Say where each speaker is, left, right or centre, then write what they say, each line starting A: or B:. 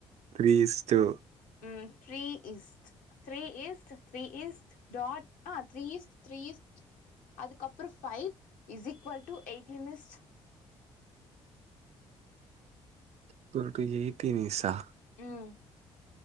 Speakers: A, on the right; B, on the left.
A: த்ரீ இஸ்டு
B: ம் three is to three is to three is to dot ஆ த்ரீ ஈஸ்ட் த்ரீ ஈஸ்ட் அதுக்கப்றோ ஃபைவ் இஸ் ஈக்வல் டு எயிட்டினிஸ்ட்
A: ஸ்கோல்ட்டு எயிட்டின் இஸ்சா
B: ம்